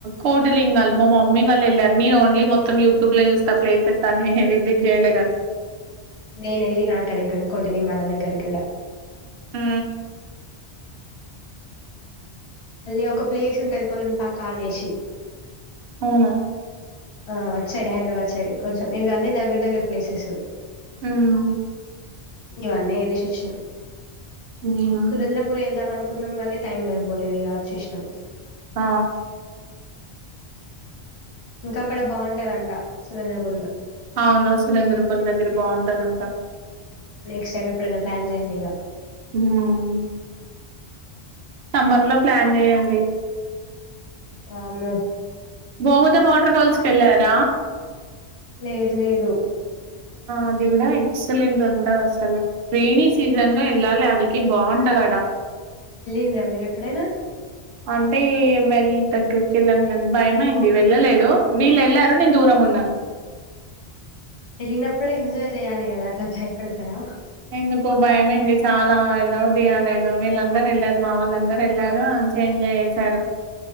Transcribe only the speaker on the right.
కోటిలింగాలు మా మమ్మీ వాళ్ళు వెళ్ళారు నేను ఓన్లీ మొత్తం యూట్యూబ్ లో చూస్తా ప్లేసెస్ అని విిట్ చేయ్యలేని
హ
అవునా
ఉమ్
ఉమ్
ఆ
అవునావు సురేంద్రపూర్ దగ్గర బాగుంటదంట
ఉమ్ సమ్మర్ లో ప్లాన్ చేయండి
గోముద వాటర్ ఫాల్స్ క వెళ్ళారా
అది కూడా ఎక్సలెంట్ ఉంటంది అసలు రెనీీ సీజన్ లో ఎళ్ళాలి అడికి బాగుంటదడా
అంటే వెళ్ళ దగ్గర కలన్ గంజ భయమైంది వెళ్ళలేదు వీళ్ళు వెళ్లారు నేను దూరం ఉన్నాను
ఎందుకో భయమైంది చాలా ఎలబుద్దికాలేదు వీళ్ళందరు వెళ్ళారు మా వాళ్ళందరూ వెళ్ళారు మంచిగ ఎంజాయ్ చేశారు